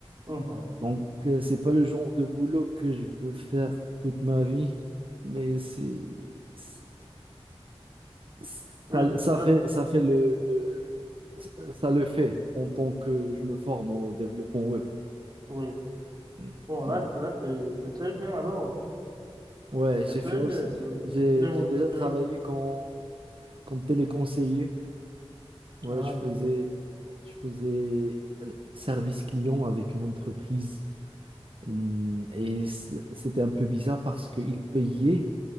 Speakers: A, on the right; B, on the right.
A: Mhm.
B: Donc, euh, c'est pas le genre de boulot que je veux faire toute ma vie, mais c'est, c'est- ça,
A: Oui,
B: ça
A: là,
B: fait, ça fait le, le- ça ça le fait en tant que je me forme au développement web.
A: oui.
B: Mm,
A: Bon, là,
B: Ouais,
A: là c'est c'est très bien alors.
B: Ouais,
A: C'était,
B: j'ai fait
A: euh,
B: aussi,
A: oui.
B: j'ai,
A: Je,
B: j'ai déjà travaillé
A: je-
B: comme, comme téléconseiller. Ouais,
A: ah,
B: je faisais,
A: je vois.
B: je faisais le service client avec une entreprise Hum, et c- c'était un peu bizarre parce qu'ils payaient